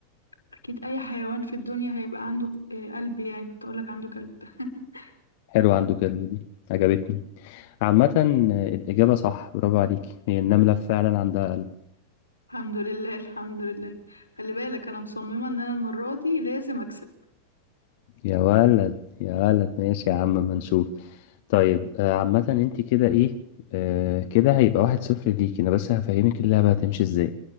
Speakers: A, on the left (about 85°); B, on the left (about 50°).
A: اكيد اي حيوان في الدنيا هيبقى عنده ك- آه، قلب يعني كنت اقولك عنده كلب <laughs>
B: حلو عنده قلب دي عجبتني عامة آه، الإجابة صح برافو عليكي هي النملة فعلا عندها قلب
A: الحمد لله الحمد لله خلي بالك انا مصممه ان انا المره دي لازم اكسب
B: يا ولد يا ولد ماشي يا عم ما نشوف طيب آه، عامة انت كده ايه آه، كده هيبقى واحد صفر ليكي انا بس هفهمك اللعبة هتمشي ازاي